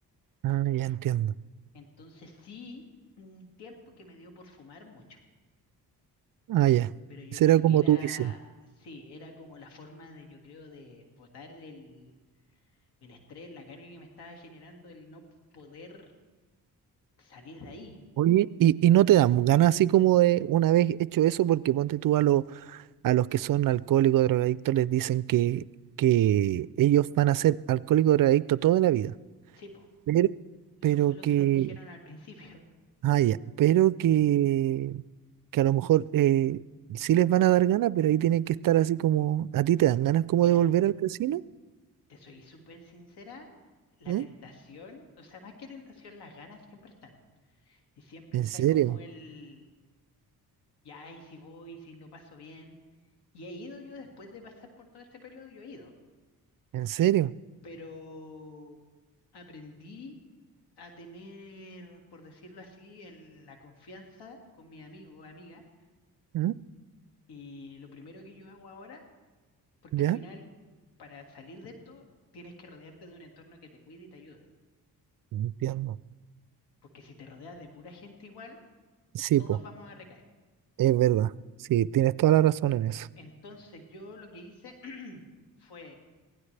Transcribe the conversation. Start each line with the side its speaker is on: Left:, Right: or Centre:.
Right: Ah, ya entiendo.
Left: Entonces sí, un tiempo que me dio por fumar mucho,
Right: Ah, ya.
Left: pero yo
Right: Esa
Left: creo
Right: era como
Left: que era,
Right: tu visión.
Left: sí, era como la forma de, yo creo, de botar el, el estrés, la carga que me estaba generando, el no poder salir de ahí.
Right: Oye, y, y no te dan ganas así como de una vez hecho eso, porque ponte tú a, los a los que son alcohólicos, drogadictos, les dicen que, que ellos van a ser alcohólicos, drogadictos toda la vida,
Left: Sí,
Right: pero,
Left: eso
Right: pero
Left: fue lo
Right: que
Left: que nos dijeron al principio.
Right: Ah, ya, pero que, que a lo mejor eh, sí les van a dar ganas, pero ahí tienen que estar así como, ¿a ti te dan ganas
Left: <laughs>
Right: como
Left: Mira,
Right: de volver al casino?
Left: te soy súper sincera, la
Right: ¿Mm?
Left: tentación, o sea, más que tentación, las ganas siempre están. Y siempre
Right: ¿En
Left: está
Right: serio?
Left: como el, ya, y si voy, si lo paso bien. Y he ido yo después de pasar por todo este periodo, yo he ido,
Right: ¿En serio?
Left: pero aprendí a tener, por decirlo así, el- la confianza con mi amigo o amiga.
Right: ¿Mm?
Left: Y lo primero que yo hago ahora Porque
Right: ¿Ya?
Left: al final, para salir de esto, tienes que rodearte de un entorno que te cuide y te ayude.
Right: Entiendo.
Left: Porque si te rodeas de pura gente igual,
Right: Sí,
Left: todos
Right: pues,
Left: vamos a recaer.
Right: es verdad. Sí, tienes toda la razón en eso.
Left: Entonces yo lo que hice <clears throat> fue